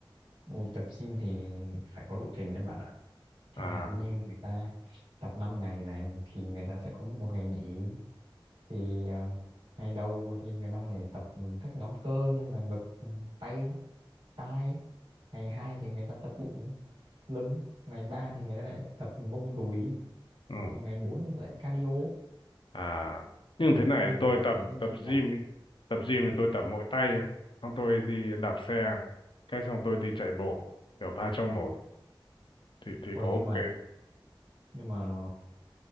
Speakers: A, on the right; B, on the left.
A: ôi, tập gym thì phải có lộ trình đấy bạn ạ. chẳng
B: à
A: hạn như người ta tập 5 ngày này thì người ta sẽ có một ngày nghỉ thì ờ, ngày đầu thì người ta phải tập các nhóm cơ như là ngực ừ, tay vai ngày hai thì người ta tập bụng lưng ngày ba thì người ta lại tập mông đùi
B: ừ.
A: còn ngày bốn thì lại cardio
B: À, nhưng
A: ừ,
B: thế này
A: nhưng
B: tôi
A: mà bạn
B: tập
A: phải duy
B: tập
A: trì bạn
B: gym,
A: ạ
B: ý. tập gym thì tôi tập mỗi tay, ấy. xong tôi đi đạp xe, cái xong tôi đi chạy bộ, kiểu ba trong một thì thì
A: Ôi
B: có ok.
A: nhưng mà nhưng mà